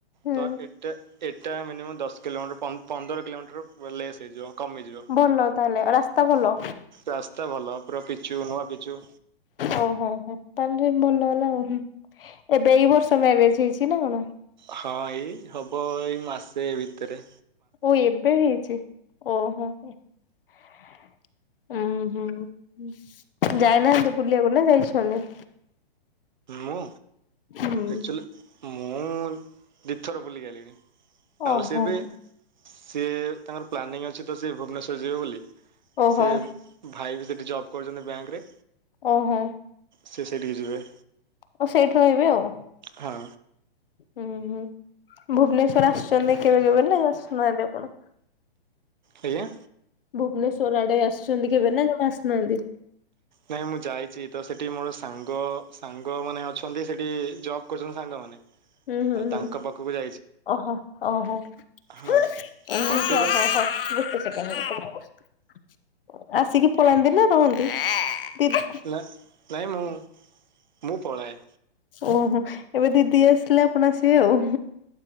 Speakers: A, on the left (about 65°); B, on the right (about 50°).
A: ହୁଁ
B: ତ ଏଟା ଏଟା ମିନିମମ୍ ଦଶ କିଲୋମିଟର ପନ୍ଦର କିଲୋମିଟର ୱେ ଲେସ୍ ହେଇଯିବ। କମିଯିବ
A: ଭଲ ତାହେଲେ ରାସ୍ତା ଭଲ
B: ରାସ୍ତା ଭଲ ପୁରା ପିଚୁ ନୂଆ ପିଚୁ।
A: ଓହୋ ହୋ ତାହେଲେ ଭଲ ହେଲା ଆଉ ହୁଁ। ଏବେ ଏଇ ବର୍ଷ ମ୍ୟାରେଜ ହେଇଛି ନା କଣ?
B: ହଁ ଏଇ ହବ ଏଇ ମାସେ ଭିତେରେ।
A: ଓ ଏବେ ହେଇଛି ଓହୋ ଏ ଉଁ ହୁଁ ହୁଁ। ଯାଇନାହାନ୍ତି ବୁଲିଆକୁ ନା ଯାଇଛନି?
B: ମୁଁ
A: ହୁଁ
B: ଏକ୍ଚୁଲି ମୁଁ ଦିଇଥର ବୁଲିକି ଆଇଲିଣି ଆଉ
A: ଓହୋ
B: ସିଏ ବି ସିଏ ତାଙ୍କର ପ୍ଲାନିଂ ଅଛି ତ ସିଏ ଭୁବନେଶ୍ୱର ଯିବେ ବୋଲି
A: ଓହୋ
B: ସିଏ ଭାଇ ବି ସେଠି ଜବ୍ କରୁଚନ୍ତି ବ୍ୟାଙ୍କ ରେ।
A: ଓହୋ।
B: ସିଏ ସେଇଠିକି ଯିବେ।
A: ଓ ସେଇଠି ରହିବେ ଆଉ।
B: ହଁ
A: ହୁଁ ହୁଁ ଭୁବନେଶ୍ଵର ଆସୁଛନ୍ତି କେବେ କେବେ ନା ଆସୁନାହାନ୍ତି ଆପଣ?
B: ଆଜ୍ଞା।
A: ଭୁବନେଶ୍ଵର ଆଡେ ଆସୁଛନ୍ତି କେବେ ନା ଜମା ଆସୁନାହାନ୍ତି?
B: ନାଇଁ ମୁଁ ଯାଇଛି ତ ସେଠି ମୋର ସାଙ୍ଗ ସାଙ୍ଗ ମାନେ ଅଛନ୍ତି। ସେଠି ଜବ୍ କରୁଛନ୍ତି ସାଙ୍ଗମାନେ।
A: ହୁଁ ହୁଁ
B: ଆଉ
A: ହୁଁ
B: ତାଙ୍କ ପାକୁକୁ ଯା
A: ଓହୋ ଓ ହୋ
B: ହଁ
A: ଗୋଟେ ସେକେଣ୍ଡ
B: ପର୍ଟିକୁଲାର
A: ଗୋଟେ ସେକେଣ୍ଡ। ଆସିକି ପଳାନ୍ତି ନା ରହନ୍ତି ନା ରହନ୍ତି ଦିଦ
B: ନା ନାଇଁ ମୁଁ ମୁଁ ପଳାଏ।
A: ଓହୋ ଏବେ ଦିଦି ଆସିଲେ ଆପଣ ଆସିବେ ଆଉ।